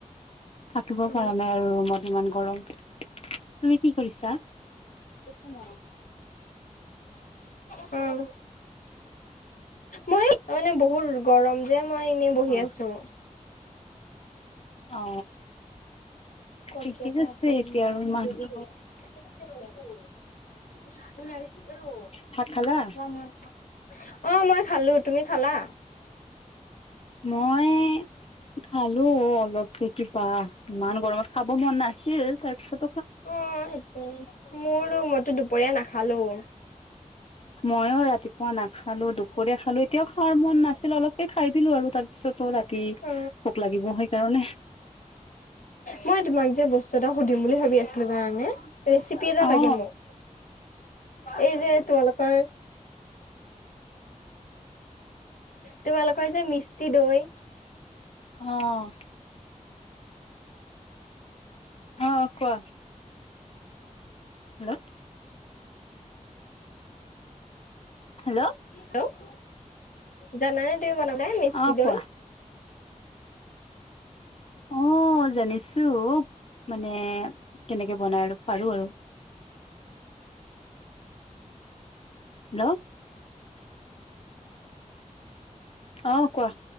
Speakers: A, on the left (about 50°); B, on the left (about 85°).
A: থাকিব
B: অ
A: পৰা নাই আৰু ৰুমত ইমান গৰম তুমি কি কৰিছা
B: দেখ ন অ মই মানে বহুত গৰম যে মই এনে বহি
A: অ
B: আছো
A: অ
B: কলকোতক
A: ঠিকে আছে
B: <unintelligible>
A: এতিয়া আৰু ইমান ভাত খালা?
B: অ মই খালো তুমি খালা
A: মই খালোঁ অলপকে কিবা ইমান গৰমত। খাব মন নাছিল তাৰ পিছত।
B: অ', সেইটো মোৰো মইতো দুপৰীয়া নাখালোঁ।
A: মইও ৰাতি। মই নাখালোঁ দুপৰীয়া খালোঁ, এতিয়াও খোৱাৰ মন নাছিল অলপে খাই দিলোঁ আৰু। তাৰপিছতো ৰাতি
B: অ
A: ভোক লাগিব সেইকাৰণে।
B: মই তোমাক যে বস্তু এটা সুধিম বুলি ভাবি আছিলোঁ জানানে। ৰেচিপি এটা
A: অ
B: লাগে মোক। এই যে তোমালোকৰ। তোমালোকৰ যে মিস্তি দৈ।
A: অ'। অ', কোৱা? হেল্ল'। হেল্ল'।
B: হেল্ল' জানানে দুই বনাবলে মিস্তি
A: অ
B: দৈ?
A: কোৱা অ', জানিছোঁ মানে কেনেকে বনাই আৰু পাৰোঁ আৰু। হেল্ল'। অ কোৱা